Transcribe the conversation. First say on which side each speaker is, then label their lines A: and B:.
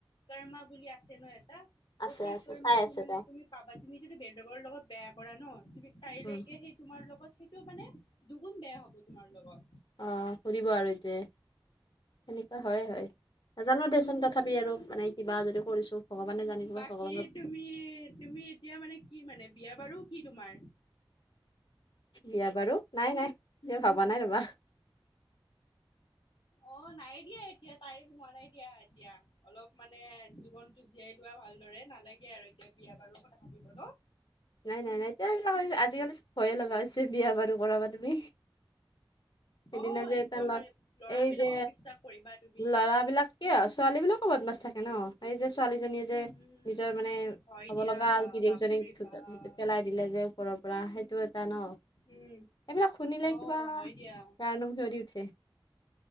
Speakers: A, on the left; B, on the left.
A: কৰ্মা বুলি আছে ন' এটা, ত'
B: আছে
A: সেই
B: আছে
A: কৰ্মাটো
B: চাই আছে
A: মানে
B: তেওঁ
A: তুমি পাবা তুমি যদি বেলেগৰ লগত বেয়া কৰা ন' তুমি কাইলৈকে
B: উম
A: সেই তোমাৰ লগত সেইটো মানে দুগুণ বেয়া হ'ব তোমাৰ লগত।
B: অ', ফুৰিব আৰু এইটয়ে সেনেকুৱা হয় হয় নাজানো দেচোন কথা আৰু মানে কিবা যদি কৰিছো ভগৱানে জানিব
A: বাকী
B: ভগৱানৰ
A: তুমি তুমি এতিয়া মানে কি মানে বিয়া বাৰু কি তোমাৰ?
B: বিয়া বাৰু নাই নাই ভবা নাই ৰ'বা।
A: অ', নাই দিয়া এতিয়া টাইম হোৱা নাই দিয়া এতিয়া অলপ মানে জীৱনটো জীয়াই লোৱা ভালদৰে নালাগে আৰু এতিয়া বিয়া বাৰু কথা ভাবিব ন'।
B: নাই নাই নাই এয় এইবিলাক আজিকালি ভয়ে লগা হৈছে বিয়া বাৰু কৰাবা, তুমি? সেইদিনা
A: অ
B: যে
A: একদম
B: এটা ল'ৰা
A: পাৰে লৰাবিলাকক
B: এই যে
A: বিশ্বাস কৰিবা তুমি
B: ল'ৰাবলাক ক ছোৱালী বিলাক ক বদমাছ থাকে হ ন এই যে ছোৱালীজনীয়ে যে
A: উম
B: নিজৰ মানে
A: হয়
B: হ'ব
A: দিয়া
B: লগা বিদেশজনীক
A: বাপৰে বাপ
B: পেলাই দিলে যে ওপৰৰ পৰা সেইটো এটা ন'।
A: উম
B: এইবিলাক শুনিলে
A: অ
B: কিবা
A: হয় দিয়া।
B: গাৰ নোম শিঞৰিঁ উঠে।